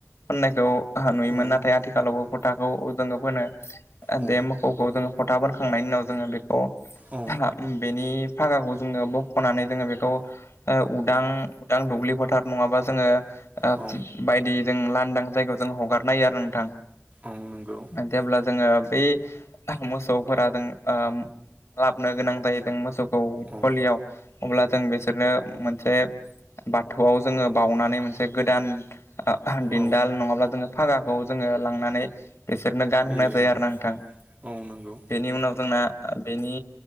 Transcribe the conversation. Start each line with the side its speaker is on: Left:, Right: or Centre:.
Left: फोननायखौ नुयोमोन
Right: औ
Left: नाथाय आथिखालावबो फोथाखौ जोङो फोनो
Right: औ
Left: दे मोखौखौ जोङो फोथा खांनायनि उनाव जोङो बेखौ
Right: औ
Left: आहा बेनि फागाखौ जोङो बखनानै जोङो बेखौ उदां उदां दुब्लि फोथार नङाबा जोङो ओ
Right: औ
Left: बायदि जों लांदां जायगायाव जों हगारन हायो आरो नोंथां।
Right: औ नंगौ
Left: जेब्ला जोङो बे मोसौ फोरा जों ओ लाबनो गोनां जायो जों मोसौखौ
Right: औ
Left: गलियाव अब्ला जों बिसोरनो मोनसे बाथौआव जोङो बाउनानै मोनसे गोदान ओ दिनदाल
Right: औ
Left: नङाब्ला जोङो फागाखौ जोङो लांनानै बिसोरनो गानहोनाय
Right: होयो
Left: जायो आरो ना नोंथां।
Right: औ नंगौ
Left: बेनि उनाव जोंना बेनि